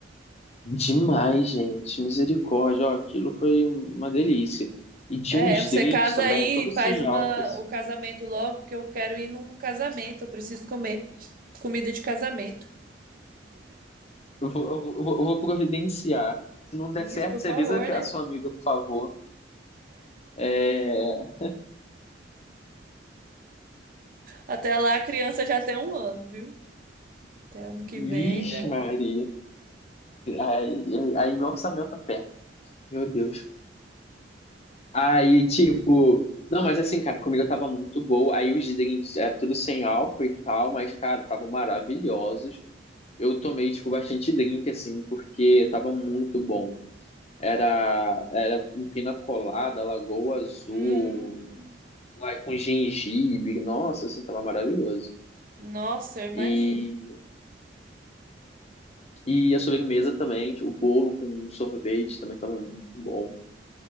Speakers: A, on the left (about 35°); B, on the right (about 50°).
A: demais, gente. Misericórdia. Ó, aquilo foi uma delícia. E tinha
B: É,
A: uns
B: você
A: drinks
B: casa
A: também,
B: aí
A: tudo
B: e faz
A: sem
B: uma,
A: álcool, assim.
B: o casamento logo, porque eu quero ir num casamento, eu preciso comer comida de casamento.
A: Eu vou, eu vou, eu vou providenciar. Se não der
B: Isso,
A: certo,
B: por favor,
A: você avisa
B: né?
A: a sua amiga, por favor. É...
B: Até lá a criança já tem um ano, viu? Até ano que
A: Vixe,
B: vem já.
A: Maria. Aí, aí meu orçamento aperta. Meu Deus. Aí, tipo. Não, mas assim, cara, a comida tava muito boa. Aí os drinks era tudo sem álcool e tal, mas, cara, estavam maravilhosos. eu tomei, tipo, bastante drink, assim, porque tava muito bom. Era, era um pina colada, lagoa azul,
B: Hum,
A: lá com gengibre, nossa, assim, tava maravilhoso.
B: nossa, eu imagino.
A: E, e a sobremesa também, tipo, o bolo com sorvete também tava muito bom.